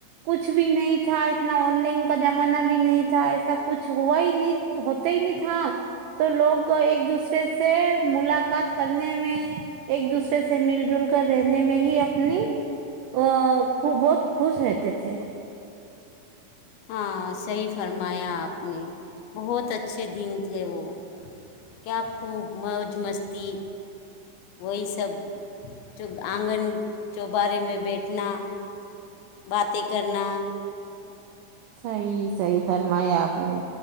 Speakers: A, on the right (about 85°); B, on the left (about 80°).
A: کچھ بھی نہیں تھا اتنا آن لائن کا زمانہ بھی نہیں تھا ایسا کچھ ہوا ہی نہیں ہوتا ہی نہیں تھا ہاں تو لوگ ایک دوسرے سے ملاقات کرنے میں ایک دوسرے سے مل جل کر رہنے میں ہی اپنی ا خو بہت خوش رہتے تھے
B: ہاں صحیح فرمایا آپ نے بہت اچھے دن تھے وہ کیا خوب موج مستی وہی سب چ آنگن کے بارے میں بیٹھنا باتیں کرنا
A: صحی صحی فرمایا آپ نے